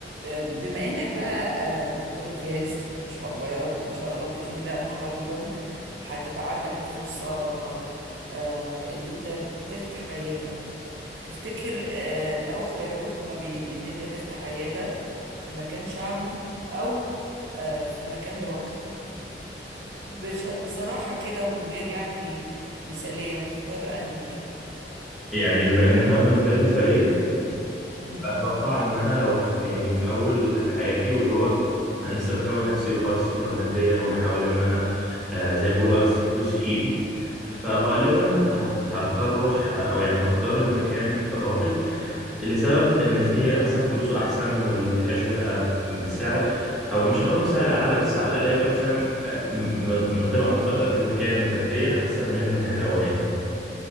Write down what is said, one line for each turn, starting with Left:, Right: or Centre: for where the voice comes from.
Right: آه، بما انك بقى آه، دكتور امتياز ان شاء الله يا رب ان شاء الله باذن الله قريبا هتبقى عندك الفرصه آه، ان انت تفتح عياده تفتكر آه، لو خيروك ما بين ان انت تفتح عياده في مكان شعبي او آه، في مكان راقي بش- بصراحه كده ومن غير يعني مثاليه هتختار انهي مكان
Centre: يعني بما ان احنا قلنا من غير مثاليه
Right: مهم.
Centre: فاتوقع ان انا لو في يعني في اول حياتي واللي هو انا لسه بكون نفسي وبحاول استقر ماديا وبحاول ان انا آه، زي ما بيقولوا امسك فلوس في ايدي فغالبا هت- هضطر اروح او يعني هختار المكان الراقي لسبب ان فيه هيبقى مثلا فلوسه احسن والكشف هيبقى بسعر او مش هنقول بسعر اعلى بس على الاقل هيبقى مثلا آه، م- م- تبقى متقدر في المكان ماديا احسن من المكان الاولاني